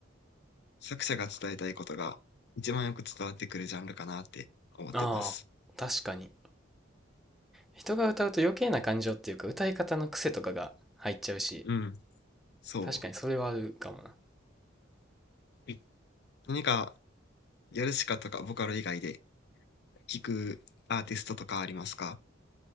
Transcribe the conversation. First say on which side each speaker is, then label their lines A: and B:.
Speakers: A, on the left; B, in the centre.
A: 作者が伝えたいことが一番よく伝わってくるジャンルかなって思ってます。
B: ああ、確かに。人が歌うと余計な感情っていうか歌い方の癖とかが入っちゃうし、
A: うん。そう。
B: 確かにそれはあるかもな。
A: え何か、ヨルシカとかボカロ以外で聴くアーティストとかありますか